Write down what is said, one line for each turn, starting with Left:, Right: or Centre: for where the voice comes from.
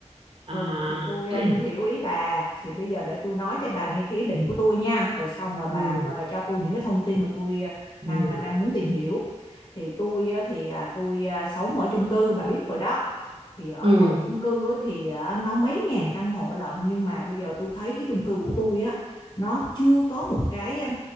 Right: à,
Left: Ừ thì tôi
Right: <clears throat> <laughs>
Left: à, tôi hiểu ý bà thì bây giờ để tôi nói cho bà nghe cái ý định của tôi nha rồi xong rồi bà
Right: ừ,
Left: à, cho tôi những cái thông tin mà tôi à,
Right: ừ,
Left: đang đang đang muốn tìm hiểu thì tôi à, thì à, tôi à, sống ở chung cư bà biết rồi đó thì ở
Right: ừ,
Left: trong chung cư á, thì à, nó mấy ngàn căn hộ lận nhưng mà bây giờ tôi thấy cái chung cư của tôi á nó chưa có một cái à,